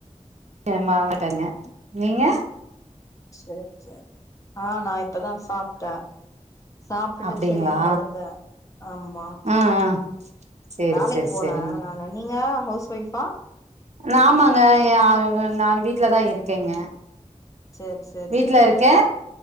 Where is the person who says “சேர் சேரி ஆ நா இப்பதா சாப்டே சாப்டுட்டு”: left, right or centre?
Left